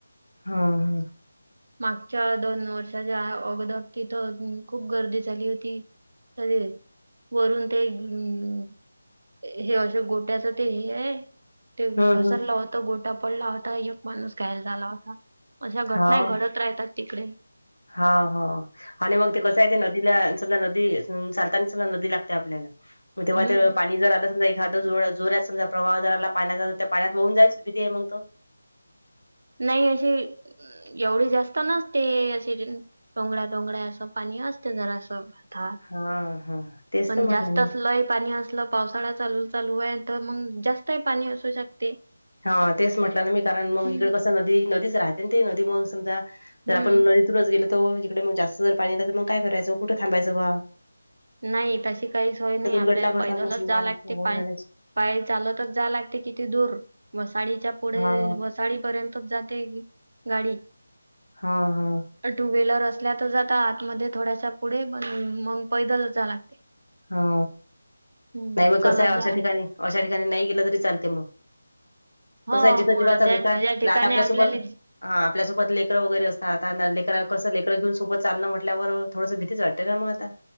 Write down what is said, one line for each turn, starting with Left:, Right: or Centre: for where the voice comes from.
Left: हम ह
Right: मागच्या दोन वर्षाच्या अगद तिथं खूप गर्दी झाली होती त वरून ते अ हे अशं गोट्याचं ते हे आहे ते
Left: हम्म
Right: घसरलं
Left: हम्म
Right: होतं गोटा पडला होता एक माणूस घायल झाला होता अशा घट
Left: हा
Right: राहतात तिकडे
Left: हा हा आणि मग ते कसं आहे ते नदीला सग नदी चालता सग नदी लागते आपल्यालाग तेव्हा
Right: हम्म
Left: ते पाणी जर आलं समजा एखा जो जोरात सजा प्रवाह जराला पाण्याचा तर त्या पाण्यात वाऊन जायचीच भीती आहे मग तो
Right: नाही अे एवढे जास्त ना ते अस टडोंगळा्या टडोंगळ्या असं पाणी असते जरा असंात
Left: हा हा तेच
Right: पण
Left: तर म्हटलं
Right: जास्त
Left: मी
Right: असलंय पाणी असलं पावसाळा चालू चालू आहे तर मग जास्त पाणी असू शकते
Left: हा तेच म्हटलं ना मी कारण मग
Right: हम्म.
Left: इकडे कसं नदी नदीच राहते ना ते नदी मग समजा जर
Right: हम्म
Left: आपण नदीतूनच गेलो ज इकडे मगस्तर पाणी यलं तर मगयरायचं कुठं थांबायचं बा
Right: नाही तशी काही स होय नाही
Left: त्या दुर्घटना
Right: आपल्याला पैदलच
Left: घडतात मग समजा
Right: जा लागते
Left: वाहून
Right: पाय
Left: जाण्याची
Right: पाय चाल तर जा लागते किती दूर वसाडीच्या पुढे
Left: हा
Right: साळी पर्यंतच जाते गाडी
Left: हा हा
Right: टू व्हीलर असल्यातच आता आतमध्ये थोड्याशा पुढे पण मग पैदल जा लागते
Left: हो
Right: हम्म
Left: नाही मग
Right: चालत
Left: कसं आहे
Right: जावं
Left: अशा
Right: लागते.
Left: ठिकाणी अशा ठिकाणी नाही गेलं तरी चालते मग
Right: हो
Left: कस आहे जिथजीवाचा
Right: मग ज्या
Left: धोका
Right: ज्या ठिकाणी
Left: रात आपल्यासोबत
Right: आपल्याला
Left: हा आपल्यासोबत लेकरं वगैरे असतातता कर कसं लेकरं घेऊन सोबत चालणंटल्यावर थोडं भीतीच वाटते ना मग आता